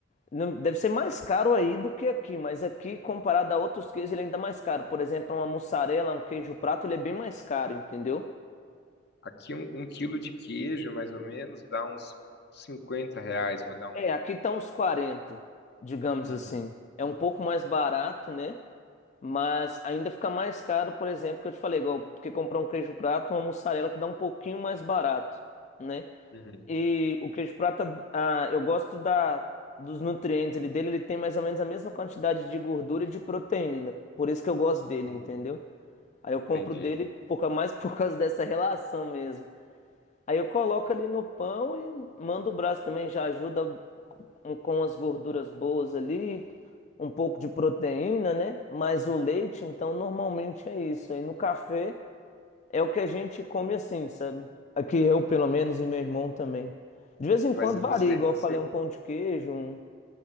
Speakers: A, on the left; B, on the left.
A: Não- Deve ser mais caro aí do que aqui, mas aqui, comparado a outros queijos, ele é ainda mais caro. Por exemplo, uma mussarela, um queijo prato, ele é bem mais caro, entendeu?
B: Aqui um, um quilo de queijo, mais ou menos, dá uns 50 reais. Vou dar um.
A: É, aqui tá uns 40, digamos
B: Uhum,
A: assim. É um pouco mais barato, né? Mas ainda fica mais caro, por exemplo, que eu te falei, igual que comprar um queijo prato, uma mussarela que dá um pouquinho mais barato, né?
B: uhum,
A: E o queijo prata, ah, eu gosto da, dos nutrientes ele, dele, ele tem mais ou menos a mesma quantidade de gordura e de proteína. Por isso que eu gosto dele,
B: uhum.
A: entendeu? Aí eu compro
B: Entendi.
A: dele por, ca- mais por causa dessa relação mesmo. Aí eu coloco ali no pão e mando o braço também, já ajuda com com as gorduras boas ali, um pouco de proteína, né? Mas o leite, então, normalmente é isso. Aí no café é o que a gente come assim, sabe? Aqui eu, pelo menos, e meu irmão também. De vez em
B: Mas
A: quando varia,
B: você,
A: igual
B: você,
A: eu falei, um pão de queijo, um,